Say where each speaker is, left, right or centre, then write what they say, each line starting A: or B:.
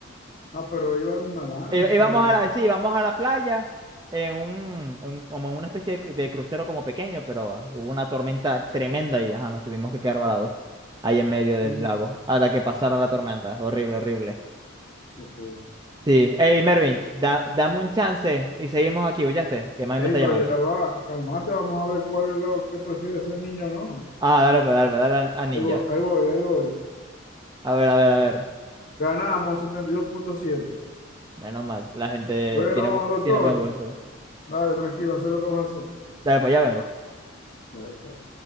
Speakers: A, on the left (about 40°); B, on the right (about 20°).
A: Ah, pero iba en una lancha
B: Eh, Íbamos
A: o...
B: a la, sí, íbamos a la playa en un, en- como en una especie de, de crucero como pequeño, pero ah, hubo una tormenta tremenda y ajá, nos tuvimos que quedar varados ahí en medio del
A: Uy,
B: lago hasta que pasara la tormenta. Horrible, horrible.
A: qué feo.
B: Sí. Hey, Mervin, da- dame un chance y seguimos aquí, ¿oyaste? Que mami
A: Ey,
B: me está
A: pero
B: llamando.
A: ya va, calmate, vamos a ver cuál es lo que prefiere ser niño o no.
B: Ah, dale, pues, dale, pues, dale a, a Ninja.
A: Ahí voy, ahí voy, ahí voy.
B: A ver, a ver, a ver.
A: Ganamos setenta y dos punto siete.
B: Menos mal, la gente
A: Bueno,
B: tiene, bu-
A: doctor,
B: tiene buen gusto.
A: dale, tranquilo, haz lo que vas a hacer.
B: Dale, pues ya vengo.
A: Dale, chao.